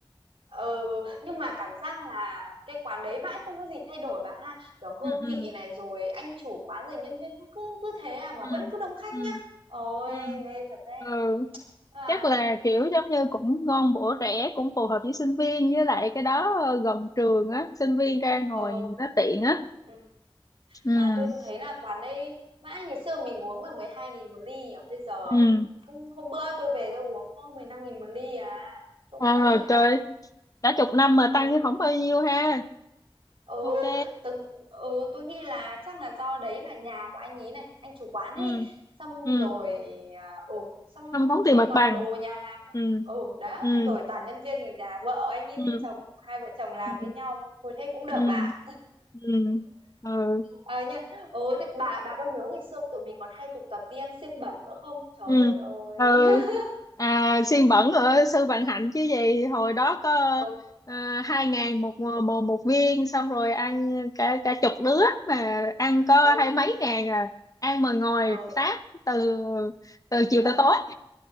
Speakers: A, on the right; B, on the left.
A: Ờ, nhưng mà cảm giác là cái quán đấy mãi không có gì thay đổi bà ha kiểu hương
B: ừ ừ
A: vị này rồi anh chủ quán rồi nhân viên nó cứ cứ thế à mà
B: ừ
A: vẫn cứ đông khách
B: ừ
A: nhá ôi
B: ừ
A: mê thật đấy
B: ừ
A: à
B: chắc là kiểu giống như cũng ngon bổ rẻ cũng phù hợp với sinh viên với lại cái đó ờ, gần trường á sinh viên ra ngồi
A: ờ
B: nó tiện á
A: ừ.
B: ừ
A: mà tôi thấy là quán đây mãi ngày xưa mình uống là mười hai nghìn một ly à bây giờ
B: ừ
A: cũng hôm bữa tôi về tôi uống có 15 nghìn một ly à cũng
B: à,
A: tăng ít ha
B: trời cả chục năm mà tăng
A: ừ
B: không bao nhiêu ha
A: ừ
B: ok
A: tớ, ừ tôi nghĩ là chắc là do đấy là nhà của anh ý này anh chủ quán
B: ừ
A: ấy xong
B: ừ
A: rồi à, ừ xong
B: không tốn tiền
A: lại
B: mặt
A: còn
B: bằng
A: đồ nhà làm nữa.
B: ừ
A: ừ đó
B: ừ
A: rồi toàn nhân viên nhà vợ anh ấy
B: ừ
A: với chồng hai vợ chồng làm
B: ừ
A: với nhau hồi thế cũng được
B: ừ
A: bà
B: ừ ừ
A: ờ nhá ừ thế bà bà có nhớ ngày xưa tụi mình còn hay tụ tập đi ăn xiên bẩn nữa không trời
B: ừ
A: ơi
B: ừ
A: <laughs>
B: à xiên bẩn ở Sư Vạn Hạnh chứ gì hồi đó có
A: ừ
B: à, hai ngàn một, ờ, một một viên xong rồi ăn cả cả chục đứa mà ăn có
A: ừ
B: hai mấy ngàn à ăn mà ngồi
A: ừ
B: táp từ từ chiều
A: <laughs>
B: tới tối